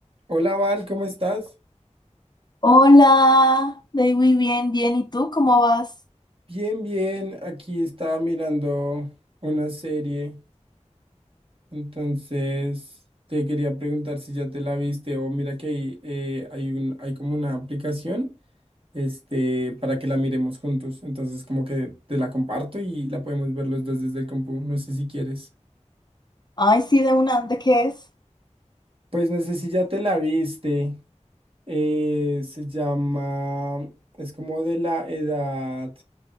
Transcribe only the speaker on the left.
Hola, Day, muy bien, bien. ¿Y tú cómo vas?
Ay, sí, de una, ¿de qué es?